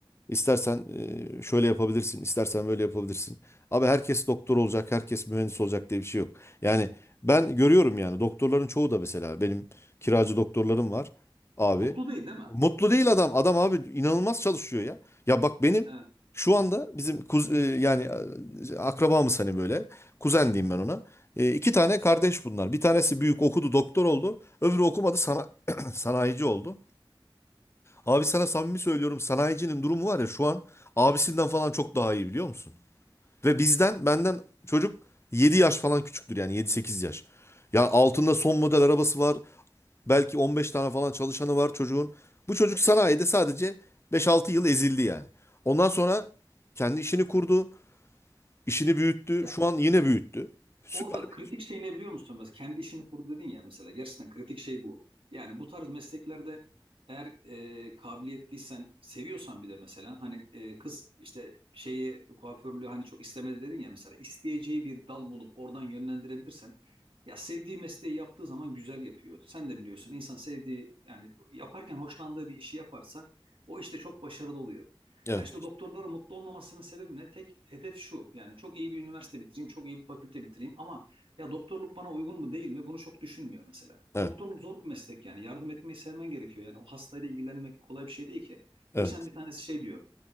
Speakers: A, on the left; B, on the right.
A: istersen e, şöyle yapabilirsin, istersen böyle yapabilirsin. Abi herkes doktor olacak, herkes mühendis olacak diye bir şey yok. Yani ben görüyorum yani doktorların çoğu da mesela benim kiracı doktorlarım var abi.
B: Mutlu değil değil mi?
A: Mutlu değil adam. Adam abi inanılmaz çalışıyor ya. Ya bak benim
B: Evet.
A: şu anda bizim kuz, e, yani e, akrabamız hani böyle. Kuzen diyeyim ben ona. E, iki tane kardeş bunlar. Bir tanesi büyük okudu doktor oldu. Öbürü okumadı sana, <clears throat> sanayici oldu. Abi sana samimi söylüyorum sanayicinin durumu var ya şu an abisinden falan çok daha iyi biliyor musun? Ve bizden benden çocuk 7 yaş falan küçüktür yani yedi sekiz yaş. Ya altında son model arabası var. Belki 15 tane falan çalışanı var çocuğun. Bu çocuk sanayide sadece beş altı yıl ezildi yani. Ondan sonra kendi işini kurdu, işini büyüttü.
B: Ya
A: Şu an yine büyüttü. Süper
B: orada
A: bir.
B: kritik
A: iş.
B: şey ne biliyor musun? Mesela kendi işini kurdu dedin ya mesela. Gerçekten kritik şey bu. Yani bu tarz mesleklerde eğer e, kabiliyetliysen, seviyorsan bir de mesela hani e, kız işte şeyi kuaförlüğü hani çok istemedi dedin ya mesela isteyeceği bir dal bulup oradan yönlendirebilirsen ya sevdiği mesleği yaptığı zaman güzel yapıyor. Sen de biliyorsun insan sevdiği yani yaparken hoşlandığı bir işi yaparsa o işte çok başarılı oluyor.
A: Evet,
B: Ya işte doktorların mutlu olmamasının sebebi ne? Tek hedef şu. Yani çok iyi bir üniversite bitireyim, çok iyi bir fakülte bitireyim ama ya doktorluk bana uygun mu değil mi? Bunu çok düşünmüyor mesela.
A: evet,
B: Doktorluk zor bir meslek yani. Yardım etmeyi sevmen gerekiyor. Yani o hastayla ilgilenmek kolay bir şey değil ki.
A: evet,
B: Geçen bir tanesi şey diyor.